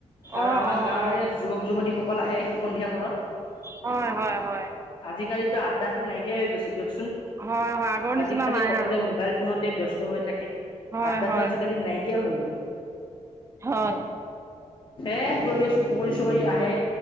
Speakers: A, on the left (about 40°); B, on the right (about 20°).
A: আৰু
B: অ
A: আমাৰ
B: অ
A: গাৱৰীয়া
B: অ
A: যুৱক যুৱতীসকল আহে সন্ধিয়া পৰত।
B: হয় হয় - হয়।
A: আজিকালিতো আড্ডাটো নাইকিয়া হৈ গৈছে দিয়কচোন
B: হয় হয় আগৰ নিচিনা
A: আজি খালি
B: নাই
A: সকলোৱে
B: আৰু
A: মোবাইল ফোনতে ব্যস্ত হৈ
B: হয়
A: আড্ডাটো
B: হয়
A: আজিকালি নাইকিয়া হৈ গ'ল।
B: হয়
A: এ কৰি আছো পক <unintelligible> চৰি আহে